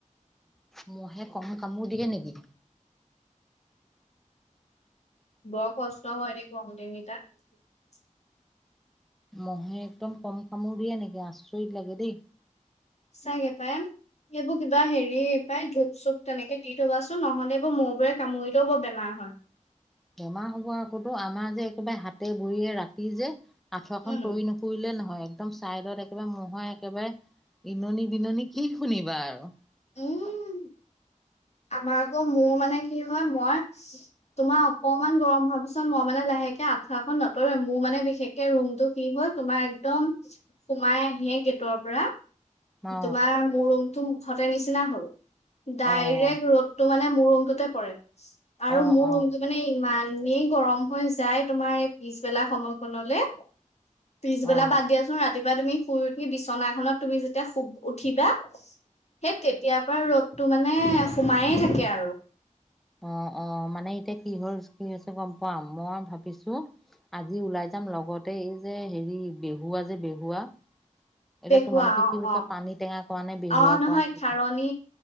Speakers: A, in the centre; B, on the left.
A: মহে কম কামোৰ দিয়ে নেকি।
B: বৰ কষ্ট হয় দেখো। কমতি নি তাত। চিক।
A: মহে একদম কম কামোৰ দিয়ে নেকি। আচৰিত লাগে দেই।
B: চাগে পাই। এইবোৰ কিবা হেৰি পাই ধূপ চুপ তেনেকে দি থবাচোন নহলে এইবোৰ মৌ বোৰে কামুৰিতেও বৰ বেমাৰ হয়।
A: বেমাৰ হ'ব আকতো আমাৰ যে একেবাৰে হাতে ভৰিয়ে ৰাতি যে আঁঠুৱাখন
B: উম
A: তৰি নটৰিলে নহয়। একদম চাইডত একেবাৰে মহৰ একেবাৰে ইননি বিননি কি শুনিবা আৰু।
B: উম। আমাৰ আকৌ মোৰ মানে কি হয় মই তোমাৰ অকমান গৰম হোৱাৰ পিছত মই মানে লাহেকে আঠুৱাখন নতৰোৱে মোৰ মানে বিশেষকে ৰুমটো কি হল তোমাৰ একদম সোমাই আহে গেটৰ পৰা।
A: অ
B: তোমাৰ মোৰ ৰুমতো মুখতে। তাই নিচিনা হল। ডায়ৰেক
A: অ
B: ৰ'দটো। মানে মোৰ ৰুমটোতে পৰে। আৰু
A: অ
B: মোৰ
A: অ
B: ৰুমটো মানে ইমান। এনেই গৰম হৈ যায় তোমাৰ এই পিছবেলা সময়কনলে। পিছবেলা
A: অ
B: বাদ দিয়াচোন ৰাতিপুৱা তুমি। শুই উঠি বিচনাখনত তুমি যদি। উঠিবা সেই তেতিয়াৰ পৰা ৰ'দটো মানে সোমায়ে থাকে আৰু।
A: অ অ মানে এতিয়া কি-কি হৈছে গম পোৱা? মই ভাবিছো আজি ওলাই যাম লগতে এই যে হেৰি বেহুৱা যে বেহুৱা। এতিয়া
B: বেহুৱা
A: তোমালোকে
B: অ
A: কি বুলি কয়
B: অ
A: পানী টেঙা কোৱা নে বেহুৱা
B: অ', নহয়
A: কোৱা কি
B: খাৰণী
A: কোৱা